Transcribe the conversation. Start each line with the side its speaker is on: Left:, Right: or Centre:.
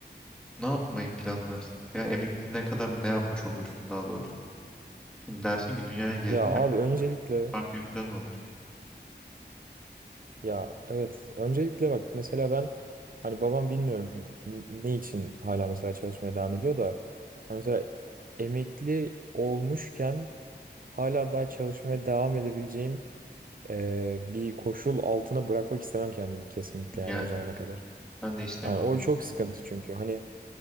Centre: Ne yapmayı planlarsın? Veya emekliliğine kadar ne yapmış olursun daha doğrusu? Şimdi dersin ki dünyaya gezdim
Right: Ya abi
Centre: ve
Right: öncelikle
Centre: farklı bir plan olur.
Right: ya evet öncelikle bak mesela ben hani babam bilmiyorum n- ne için hala mesela çalışmaya devam ediyor da hani mesela emekli olmuşken hala daha çalışmaya devam edebileceğim e, bir koşul altına bırakmak istemem kendimi kesinlikle yani
Centre: Yani
Right: o zamana kadar.
Centre: ben de istemiyorum.
Right: Yani o çok sıkıntı çünkü hani